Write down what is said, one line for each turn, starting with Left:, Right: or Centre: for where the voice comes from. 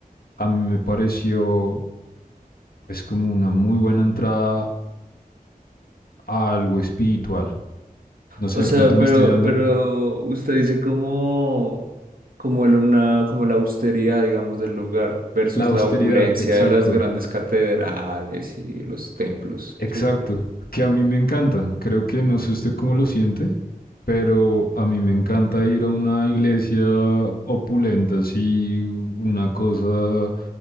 Left: a mí me pareció pues como una muy buena entrada a algo espiritual. No sé,
Right: O
Left: de
Right: sea,
Left: pronto
Right: pero,
Left: me estoy yendo
Right: pero usted dice como, como el- una, como la austeridad, digamos, del lugar versus
Left: la austeridad,
Right: la opulencia
Left: exacto,
Right: de las grandes catedrales y los templos,
Left: exacto,
Right: ¿sí?
Left: que a mí me encantan. Creo que no sé usted cómo lo siente, pero a mí me encanta ir a una iglesia opulenta, así una cosa